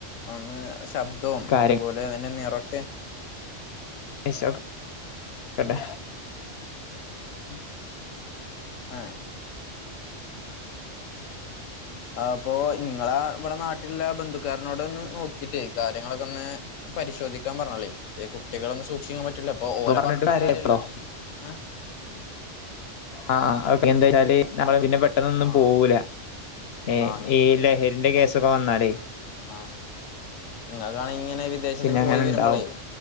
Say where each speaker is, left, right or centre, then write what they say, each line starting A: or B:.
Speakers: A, on the left (about 90°); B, on the left (about 60°).
A: അന്ന് ശബ്ദവും
B: കാര്യങ്ങളൊക്കെ
A: അതുപോലെ അതിന്റെ നിറൊക്കെ
B: ഓക്കെെ
A: ഉ ഉം ആഹ അപ്പൊ നിങ്ങളെ ഇവിടെ നാട്ടിലുള്ള ബന്ധുക്കാരനോട് ഒന്ന് നോക്കിട്ടേ കാര്യങ്ങളൊക്കെ ഒന്ന് പരിശോധിക്കാൻ പറഞ്ഞല്ലേ കുട്ടികളൊന്നും സൂക്ഷിക്കാൻ പറ്റില്ല അപ്പൊ
B: ഇപ്പൊ
A: ഓല
B: പറഞ്ഞിട്ട്
A: പറഞ്ഞിട്ടും
B: കാര്യല്ല
A: കാര്യമല്ല
B: ഇപ്പളോ
A: ആ
B: ആ ഓക്കെ എന്താ വെച്ചാല് നമ്മള് പിന്നെ പെട്ടെന്നൊന്നും
A: ആഹ്
B: പോവൂല ഏ
A: ആഹ്
B: ഈ ലഹരിന്റെ കേസൊക്കെ വന്നാലേ
A: ആഹ നിങ്ങക്കാണെങ്കിൽ ഇങ്ങനെ വിദേശത്തേക്ക്
B: പിന്നെ അങ്ങനെ
A: പോയി വരുമ്പോളേ
B: ഇണ്ടാവും